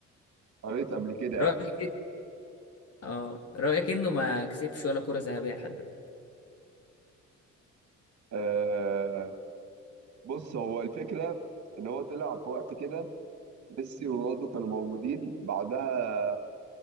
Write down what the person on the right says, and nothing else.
قريت قبل كده
يعني
آه بص هو الفكره ان هو طلع في وقت كده ميسي ورونالدو كانوا موجودين بعدها